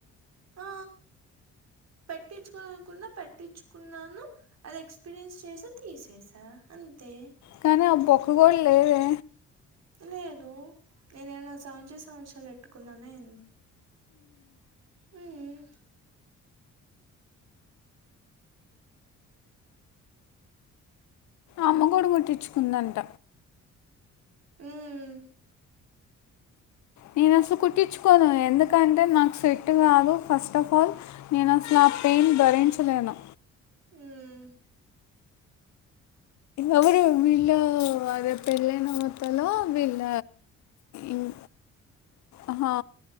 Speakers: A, on the right; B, on the left.
A: ఆ పెట్టించుకోవాలనుకున్నా పెట్టించుకున్నాను, అది ఎక్స్పీరియన్స్ చేసి తీసేసా అం తే
B: కానీ ఆ బొక్క కూడా లేదే
A: లేదు నేనేమన్న సౌంచ సంవత్సరాలు ఎట్టుకున్ననా ఏంది? మ్మ్
B: అమ్మగూడ ముట్టించుకుందంట
A: హ్మ్
B: నేను అసలు కుట్టిచ్చుకోను ఎండ ఎందుకంటే నాకు సెట్ కాదు ఫస్ట్ ఆఫ్ ఆల్ నేను అసలు ఆ పెయిన్ భరించలేను
A: ఉమ్
B: ఎవరు వీళ్ళు అదే పెళ్ళైన మొత్తంలో వీళ్ళ ఉమ్ ఆహా